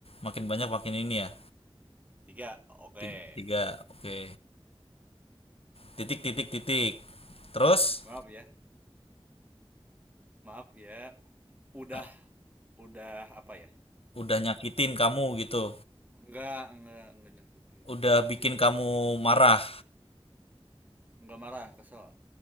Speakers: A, on the left (about 70°); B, on the right (about 15°).
A: Makin banyak makin ini ya.
B: Tiga, oke. Okay.
A: Ti- Tiga, oke. Titik titik titik. Terus
B: Maaf ya, maaf ya. Udah,
A: uh,
B: udah apa ya?
A: udah nyakitin kamu gitu.
B: Enggak, enggak, enggak nyakitin.
A: Udah
B: enggak apa
A: bikin
B: sih namanya
A: kamu
B: tuh?
A: marah,
B: Enggak marah, kesel.